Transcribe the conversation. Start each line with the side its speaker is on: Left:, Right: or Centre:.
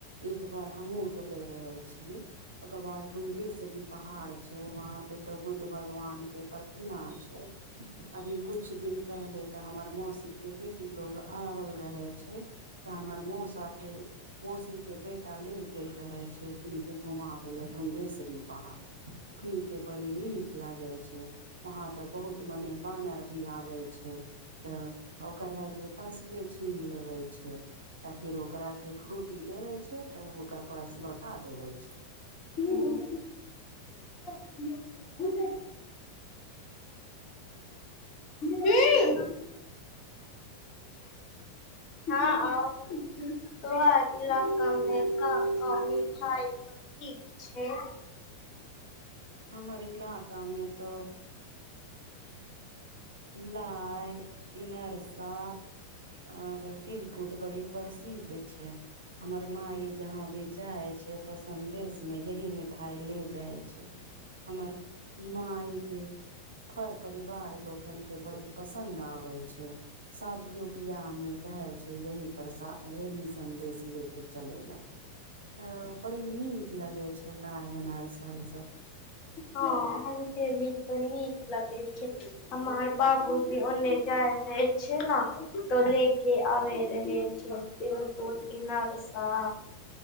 Right: एक बेर हमहूँ गेले रही छियै, ओकर बाद ढुंगेश्वरी। पहाड़ छै, वहाँ पे तऽ बुद्ध भगवानके प्रतिमा छै। अभी किछु दिन पहिले तऽ हमर मौसीके बेटी लोक आओल रहै छै। तऽ हमर मोसा। मौसीके बेटा लऽ गेल रहै छै ओके घुमबै लऽ ढुंगेश्वरी। पहाड़ ओखनि के बड़ी नीक लगे छै वहां त बहुत मने बानर भी आबे छै तऽ ओकर है जे परसबे छीन लेबे छय तऽ फेर ओकराक के फ्रूटी देबै छै तऽ ओ ओकर पर्स लौटा देबै छै
Left: हूँ हूँ हूँ हू
Right: ह
Left: हँ आ तोह इलामे मिठाइ ठीक छय
Right: हमर इलाकामे त लाइ इनरसा ओर तिलकुट बड़ी प्रसिद्ध छय हमर माई जहाँ बेचइ छै तऽ सन्देश में यही मिठाइ ले जाइ छै हमर मइके फर परिवार लोकन के बड़ी पसन्द आऽ छै शादियो बियाह में कहै छै यही परस यही सन्देश ले के चले लए तऽ बड़ी नीक लगे छै लायन आर सब ई सब
Left: हँ हमके भी त नीक लगे छय हमर बाबू भी ओने जाइ छै ने त ले के आबे रहै छय तिलकुर इनरसा